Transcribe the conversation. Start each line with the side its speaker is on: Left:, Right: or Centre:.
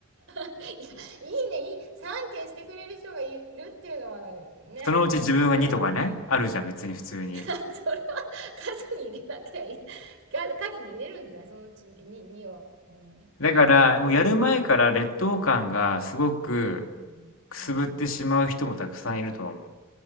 Right: いやいいね、いい、3件してくれる人がいるっていうのはね、
Left: そのうち自分が2とかね、
Right: それは、
Left: あるじゃん、別に普通に。
Right: <laughs> それは数に入れなきゃいい。か数に入れるんだ、そのうちに、2は。うん、
Left: だから、
Right: なるほど。
Left: もうやる前から劣等感がすごく
Right: うん、
Left: くすぶってしまう人もたくさんいるとは思う。
Right: うん。